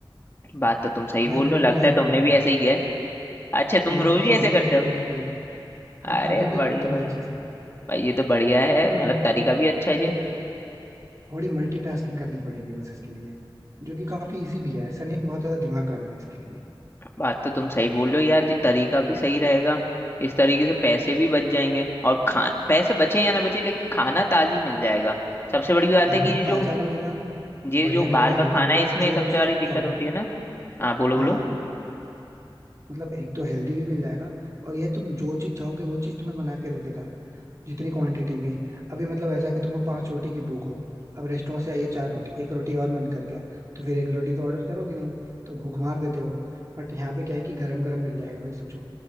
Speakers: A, on the left; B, on the right.
A: बात तो तुम सही
B: मैं
A: बोल
B: जनरली
A: रहे हो लगता
B: यही
A: है तुमने
B: करता हूँ
A: भी ऐसा ही किया है अच्छा तुम
B: मैंने
A: रोज
B: किया
A: ही
B: है
A: ऐसे
B: भाई
A: करते
B: ये चीजें
A: हो
B: मैंने की है हाँ
A: अरे
B: अभी भी
A: बढ़िया
B: करता हूँ
A: भाई
B: ये चीजें
A: भाई ये तो बढ़िया है
B: मतलब
A: मतलब तरीका
B: थोड़ी
A: भी अच्छा है
B: देखो थोड़ी मल्टीटास्किंग करनी पड़ेगी बस इसके लिए जो कि काफी इजी भी है ऐसा नहीं है कि बहुत ज्यादा दिमाग लगाना है इसके लिए
A: बात तो तुम सही बोल रहे हो यार ये तरीका भी सही रहेगा इस तरीके से पैसे भी बच जाएंगे और खा पैसे बचे या ना बचे लेकिन खाना ताजी मिल जाएगा सबसे बड़ी बात
B: खाना
A: है कि ये जो
B: ताजा मिलेगा
A: ये
B: बढ़िया
A: जो
B: मिलेगा
A: बाहर का
B: हेल्दी
A: खाना
B: मिलेगा
A: है
B: और
A: इसमें
B: जो
A: सबसे
B: चीज
A: बड़ी
B: तुम
A: दिक्कत
B: चाहोगे
A: होती
B: ना
A: है ना हाँ बोलो
B: हाँ
A: बोलो
B: मतलब एक तो हेल्दी भी मिल जाएगा और ये तुम जो चीज चाहोगे वो चीज तुम्हें बना के दे देगा जितनी क्वांटिटी में अभी मतलब ऐसा है कि तुमको पांच रोटी की भूख हो अब रेस्टोरेंट से आई है चार रोटी एक रोटी और मन कर गया तो फिर एक रोटी तो ऑर्डर करोगे नहीं तो भूख मार देते हो बट यहाँ पे क्या है कि गरम गरम मिल जाएगा भाई सोचो